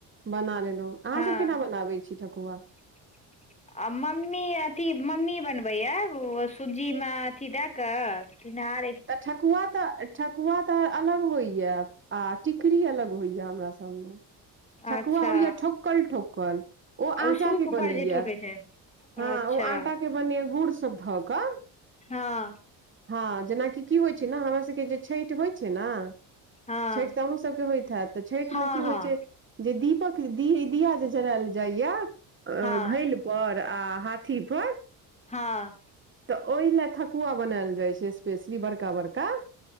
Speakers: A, on the right; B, on the left.
A: बना लेलहु, अहाँ
B: हँ
A: सब केना बनबै छी ठकुआ।
B: <inaudible> आ मम्मी अथि मम्मी बनबैये ओ सुजीमे अथि दए कऽ किनारे
A: तऽ ठकुआ तऽ ठकुआ तऽ अलग होइये आ टिकरी अलग होइये। हमरा सबमे, ठकुआ
B: अच्छा
A: होइये ठोकल ठोकल ओ
B: आ
A: आटाके
B: सूप
A: बनैए,
B: पर जे ठोकै छै
A: हँ
B: अच्छा
A: ओ आटाके बनैए गुड़सभ धऽ कऽ
B: हँ।
A: हँ जेनाकि की होइ छै ने हमरा सबके जे छैठ होइ छै न तऽ
B: हँ
A: छैठ त अहूँ सबके होइत हैत तऽ छैठ
B: हँ
A: मे की
B: हँ
A: होइ छै। जे दीपक दी दीया जे जरायल जाइया अ
B: हँ
A: घैल पर आ हाथी पर।
B: हँ।
A: तऽ ओहिला थ कुआ बनाल जाय छै स्पेशली बड़का बड़का